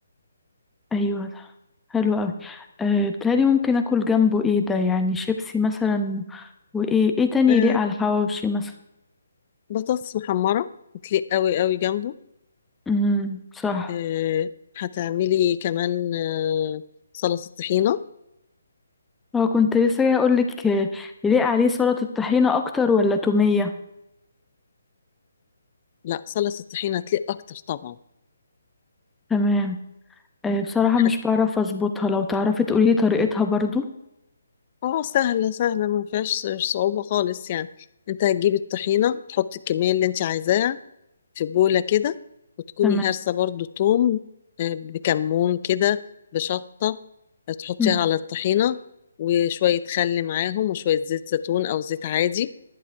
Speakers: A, in the centre; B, on the left.
A: ايوه حلو قوي أه بتهيألي ممكن اكل جنبه ايه ده يعني شيبسي مثلا وايه ايه تاني
B: آه
A: يليق على الحواوشي مثلا
B: بطاطس محمره بتليق قوي قوي جنبه
A: امم صح
B: آه، هتعملي كمان آه، سلطة طحينة
A: هو كنت لسه جاي اقول لك يليق عليه سلطة الطحينة اكتر ولا تومية
B: لا سلطة طحينة هتليق أكتر طبعا
A: تمام أه بصراحة مش
B: هت...
A: بعرف اظبطها لو تعرفي تقولي لي طريقتها برضو
B: اه سهلة سهلة ما فيهاش صعوبة خالص يعني انت هتجيبي الطحينة تحطي الكمية اللي انت عايزاها في بولة كده وتكوني
A: تمام
B: هارسة برضو توم آه، بكمون كده بشطة آه، تحطيها
A: مم.
B: على الطحينة وشوية خل معاهم وشوية زيت زيتون أو زيت عادي